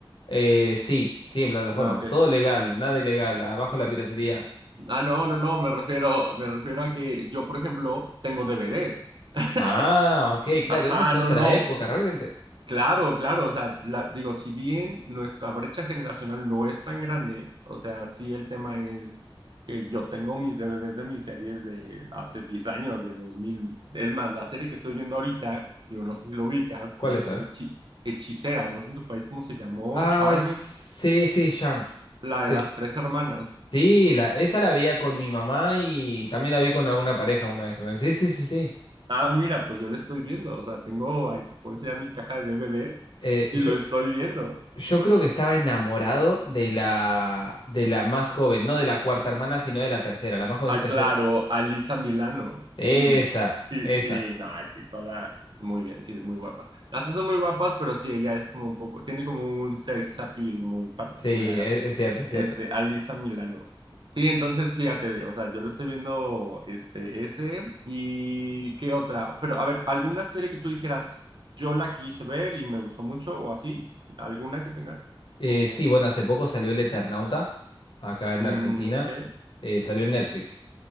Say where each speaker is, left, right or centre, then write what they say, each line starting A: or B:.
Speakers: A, on the left (about 60°); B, on the right (about 55°).
A: eh, sí, sí, en plataformas.
B: Ah, ok.
A: Todo legal, nada ilegal, abajo la piratería.
B: Ah, no, no, no, me refiero, me refiero a que yo, por ejemplo, tengo DVDs. <laughs>
A: Ah, ok, claro,
B: Ajá,
A: esa es otra
B: no, no.
A: época realmente.
B: Claro, claro, o sea, la- digo, si bien nuestra brecha generacional no es tan grande, o sea, sí el tema es que yo tengo mis DVDs de mis series de hace 10 años, de 2000, es más, la serie que estoy viendo ahorita, digo, no sé si lo ubicas,
A: ¿Cuál
B: pero se
A: es?
B: llama
A: A ver.
B: Hechi- Hechiceras, no sé en tu país cómo se llamó,
A: Ay,
B: Charmed,
A: sí, sí, Charmed.
B: la
A: Sí.
B: de las tres hermanas.
A: Sí, la, esa la veía con mi mamá y también la vi con alguna pareja una vez también. Sí, sí, sí, sí.
B: Ah, mira, pues yo la estoy viendo, o sea, tengo, ahí te puedo enseñar mi caja de DVDs
A: Eh,
B: y
A: yo,
B: lo estoy viendo.
A: yo creo que estaba enamorado de la, de la más joven, no de la cuarta hermana, sino de la tercera, la más jovencita
B: Ah, claro,
A: yo.
B: a Lisa Milano,
A: Esa,
B: Phoebe. Phoebe,
A: esa.
B: Sí, no, ay, sí, toda muy bien, sí, es muy guapa. Las dos son muy guapas, pero sí, ella es como un poco, tiene como un sex appeal muy particular,
A: Sí, e- es, cierto, es cierto.
B: este, a Lisa Milano. Sí, entonces fíjate, o sea, yo lo estoy viendo, este, ese, y qué otra, pero a ver, alguna serie que tú dijeras, yo la quise ver y me gustó mucho, o así, alguna que tengas,
A: Eh,
B: como,
A: sí, bueno, hace poco salió El Eternauta, acá en
B: mm,
A: Argentina.
B: ok,
A: Eh, salió en Netflix.